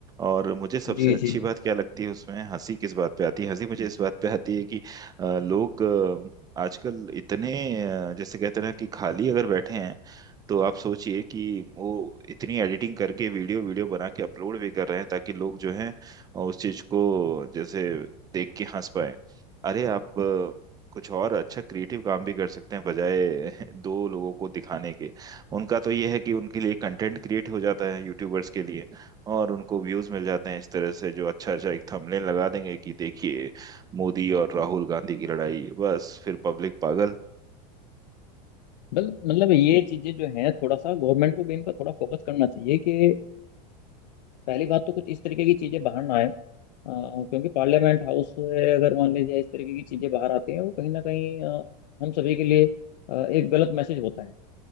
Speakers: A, on the right (about 20°); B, on the left (about 80°).
A: और मुझे सबसे
B: जी
A: अच्छी
B: जी
A: बात क्या लगती है उसमें हंसी किस बात पे आती है हंसी मुझे इस बात पे आती है कि अ, लोग अ, आजकल इतने अ, जैसे कहते हैं ना कि खाली अगर बैठे हैं तो आप सोचिए कि वो इतनी एडिटिंग करके वीडियो वीडियो बना के अपलोड भी कर रहे हैं ताकि लोग जो हैं अ, उस चीज को जैसे देख के हंस पाए अरे आप अ, कुछ और अच्छा क्रिएटिव काम भी कर सकते हैं बजाय <laughs> दो लोगों को दिखाने के उनका तो ये है कि उनके लिए कंटेंट क्रिएट हो जाता है यूट्यूबर्स के लिए और उनको व्यूज मिल जाते हैं इस तरह से जो अच्छा अच्छा एक थंबनेल लगा देंगे कि देखिए मोदी और राहुल गांधी की लड़ाई बस फिर पब्लिक पागल
B: बल मतलब ये चीजें जो हैं थोड़ा सा गवर्नमेंट को भी इन पर थोड़ा फोकस करना चाहिए कि पहली बात तो कुछ इस तरीके की चीजें बाहर ना आए अ, क्योंकि पार्लियामेंट हाउस से अगर मान लीजिए इस तरीके की चीजें बाहर आती हैं वो कहीं ना कहीं अ, हम सभी के लिए अ, एक गलत मैसेज होता है